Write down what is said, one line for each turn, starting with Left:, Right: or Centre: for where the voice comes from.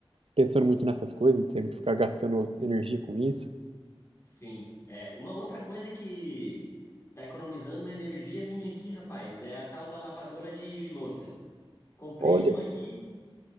Right: pensando muito nessas coisas e tendo que ficar gastando energia com isso.
Left: Sim. É, uma outra coisa que tá economizando uma energia minha aqui, rapaz, é a tal da lavadora de louça. Comprei
Right: Olha,
Left: uma aqui,